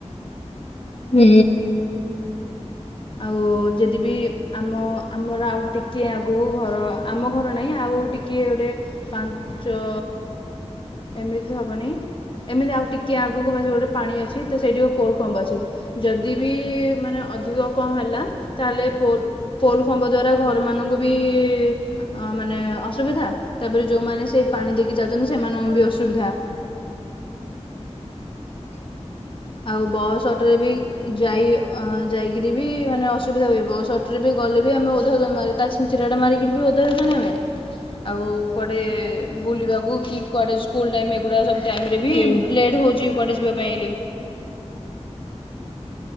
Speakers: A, on the left; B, on the left.
A: ହୁଁ!
B: ଆଉ ଯଦିବିି ଆମ ଆମର ଆଉ ଟିକିଏ ଆଗକୁ ଘର ଆମ ଘର ନାହିଁ ଆଉ ଟିକ୍ କିଏ ଗୋଟେ ପାଞ୍ଚ ଏମିତି ହବନି। ଏମିତି ଆଉ ଟିକେ ଆଗକୁ <unintelligible> ଗୋଟେ ପାଣି ଅଛି ତ ସେଇଠି ପୋର୍ କମ୍ବ ଅଛି। ଯଦିବି ମାନେ ଅଧିକ କଁ ହେଲା ତାହେଲେ ପୋର୍ ପୋଲ୍ ଖମ୍ବ ଦ୍ଵାରା ଘରମାନଙ୍କୁ ବି ଅ ମାନେ ଅସୁବିଧା। ତାପରେ ଯୋଉମାନେ ସେଇ ପାଣି ଦେଇକି ଯାଉଚନ୍ତି ସେମାନଙ୍କୁ ବି ଅସୁବିଧା।
A: <inaudible>
B: ଆଉ ବସ୍ ଅଟୋରେ ବି ଯାଇ ହ ଯାଇକିରି ବି ମାନେ ଅସୁବିଧା ହୁଏ ବସ ଟ୍ରେ ବି ଗଲେ ବି ଆମେ <unintelligible> <unintelligible> ଚିଡା ମାରିକିରି ବି ଓଧ ହୋଉଚନ୍ତି ଆମେ। ଆଉ କୁଆଡେ ବୁଲିବାକୁ କି କୁଆଡେ ସ୍କୁଲ୍ ଟାଇମ୍ ଏଗୁଡା ସବୁ ଟାଇମ୍ରେ ବି
A: ହୁଁ।
B: ଲେଟ୍ ହଉଚି କୁଆଡ଼େ ଯିବା ପାଇଁ ହେଲି।